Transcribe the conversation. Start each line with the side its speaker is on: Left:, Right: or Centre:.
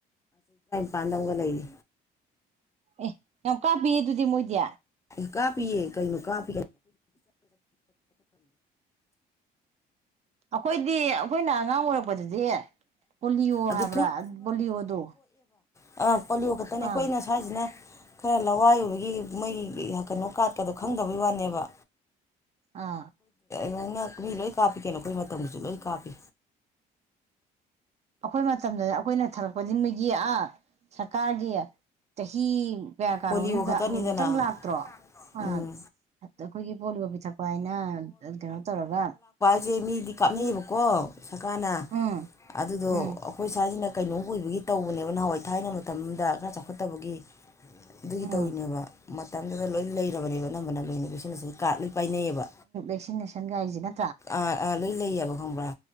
Left: ꯄꯥꯟꯗꯝꯒ ꯂꯩ
Right: ꯑꯦ ꯌꯥꯝ ꯀꯥꯞꯄꯤꯌꯦ ꯑꯗꯨꯗꯤ ꯃꯣꯏꯗꯤ
Left: ꯑꯦ ꯀꯥꯞꯄꯤꯌꯦ ꯀꯩꯅꯣ ꯀꯥꯞ
Right: ꯑꯩꯈꯣꯏꯗꯤ ꯑꯩꯈꯣꯏꯅ ꯑꯉꯥꯡ ꯑꯣꯏꯔꯛꯄꯗꯗꯤ ꯄꯣꯂꯤꯑꯣ
Left: ꯑꯗꯨ
Right: ꯍꯥꯏꯕ꯭ꯔꯥ ꯄꯣꯂꯤꯑꯣꯗꯣ
Left: ꯑ ꯄꯣꯂꯤꯌꯣ ꯈꯛꯇꯅꯦ ꯑꯩꯈꯣꯏꯅ
Right: ꯑꯥ
Left: ꯁ꯭ꯋꯥꯏꯁꯤꯅ ꯈꯔꯂꯋꯥꯏ ꯑꯣꯏꯕꯒꯤ ꯃꯩ ꯀꯩꯅꯣ ꯀꯥꯔꯠꯀꯗꯣ ꯈꯪꯗꯕꯩ ꯋꯥꯅꯦꯕ
Right: ꯑꯥ
Left: ꯅꯪꯅ ꯃꯤ ꯂꯣꯏ ꯀꯥꯞꯄꯤ ꯀꯩꯅꯣ ꯑꯩꯈꯣꯏ ꯃꯇꯝꯗꯁꯨ ꯂꯣꯏ ꯀꯥꯄꯤ
Right: ꯑꯩꯈꯣꯏ ꯃꯇꯝꯗꯗꯤ ꯑꯩꯈꯣꯏꯅ ꯊꯛꯂꯛꯄꯗꯤ ꯃꯤꯒꯤ ꯑꯥ ꯁꯔꯀꯥꯔꯒꯤ ꯆꯍꯤ ꯀꯌꯥ ꯀꯥꯅꯣ
Left: ꯄꯣꯂꯤꯑꯣ
Right: ꯃꯅꯨꯡꯗ
Left: ꯈꯛꯇꯅꯤꯗꯅ
Right: ꯑꯃꯨꯛ ꯑꯃꯨꯛ ꯇꯪ ꯂꯥꯛꯇ꯭ꯔꯣ ꯑ
Left: ꯎꯝ
Right: ꯑꯩꯈꯣꯏꯒꯤ ꯄꯣꯂꯤꯑꯣ ꯄꯤꯊꯛ ꯎꯥꯏꯅ ꯀꯩꯅꯣ ꯇꯧꯔꯒ
Left: ꯁꯦ ꯃꯤꯗꯤ ꯀꯥꯅꯩꯕꯀꯣ ꯀꯣ ꯁꯔꯀꯥꯔꯅ
Right: ꯎꯝ
Left: ꯑꯗꯨꯗꯣ
Right: ꯎꯝ
Left: ꯑꯩꯈꯣꯏ ꯁꯥꯔꯁꯤꯅ ꯀꯩꯅꯣ ꯑꯣꯏꯕꯒꯤ ꯇꯧꯕꯅꯦꯕ ꯅꯍꯥꯟꯋꯥꯏ ꯊꯥꯏꯅ ꯃꯇꯝꯗ ꯈꯔ ꯆꯥꯎꯈꯠꯇꯕꯒꯤ ꯑꯗꯨꯒꯤ
Right: ꯎꯝ
Left: ꯇꯧꯔꯤꯅꯦꯕ ꯃꯇꯝꯗꯨꯗ ꯂꯣꯏ ꯂꯩꯔꯕꯅꯦꯕ ꯑꯅꯝꯕꯅ ꯂꯣꯏꯅꯕꯤꯁꯤꯅꯁꯨ ꯀꯥꯔꯠ ꯂꯣꯏ ꯄꯥꯏꯅꯩꯌꯦꯕ
Right: ꯦꯁꯤꯟ ꯅꯦꯁꯟꯒ ꯍꯥꯏꯁꯤꯅ
Left: ꯑꯥ ꯑꯥ ꯂꯣꯏ ꯂꯩꯌꯦꯕ ꯈꯪꯕ꯭ꯔꯥ